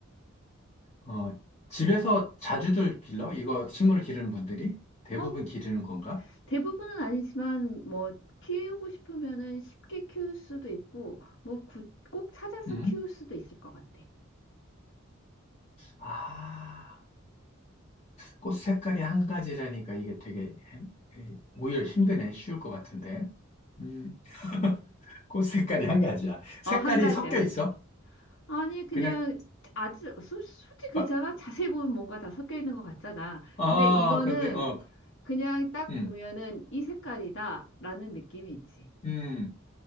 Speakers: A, on the left; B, on the left.
A: 어 집에서 자주들 길러? 이거 식물을 기르는 분들이 대부분
B: 뭐
A: 기르는 건가?
B: 대부분은 아니지만 뭐 키우고 싶으면은 쉽게 키울 수도 있고 뭐 구- 꼭 찾아서
A: 음.
B: 키울 수도 있을 것 같아.
A: 아. 꽃 색깔이 한 가지라니까 이게 되게 힘- 오히려 힘드네. 쉬울 것 같은데. 음, 꽃 색깔이 한 가지야. 색깔이
B: 어, 한 가지야.
A: 섞여 있어?
B: 아니 그냥
A: 그냥
B: 아주 소- 솔직히 그렇잖아.
A: 어,
B: 자세히 보면 뭔가 다 섞여 있는 것 같잖아.
A: 어,
B: 근데 이거는
A: 그런데 어,
B: 그냥 딱
A: 음,
B: 보면은 이 색깔이다라는 느낌이 있지.
A: 음,